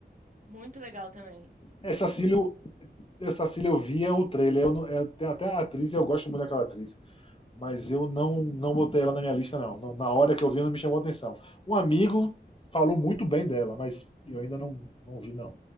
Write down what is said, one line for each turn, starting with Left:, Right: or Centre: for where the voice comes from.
Right: Muito legal também.
Left: Essa Cílio, essa Cílio eu via o trailer. Eu não... eu tenho até a atriz, eu gosto muito daquela atriz. Mas eu não, não botei ela na minha lista, não. Não- Na hora que eu vi, não me chamou atenção. Um amigo falou muito bem dela, mas eu ainda não, não vi, não.